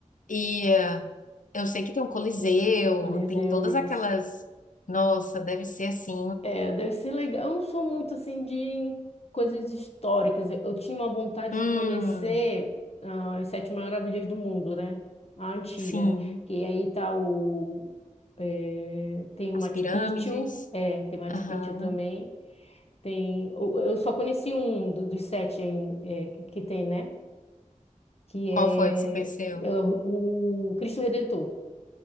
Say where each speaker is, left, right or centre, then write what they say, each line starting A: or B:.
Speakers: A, on the left (about 85°); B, on the left (about 50°).
A: e eh, Eu sei que tem o Coliseu,
B: Coliseu,
A: tem todas
B: isso.
A: aquelas. Nossa, deve ser assim.
B: É, deve ser legal. Eu não sou muito assim de coisas históricas. Eu eu tinha uma vontade
A: Hum,
B: de conhecer ah, as Sete Maravilhas do Mundo, né? A antiga,
A: sim.
B: né? Que aí tá o. é, tem o
A: As
B: Machu
A: pirâmides.
B: Picchu, é, tem Machu
A: Aham.
B: Picchu também. Tem, eu eu só conheci um do- dos sete ainda, é, que tem, né? Que é,
A: Qual foi que você conheceu?
B: é o o Cristo Redentor.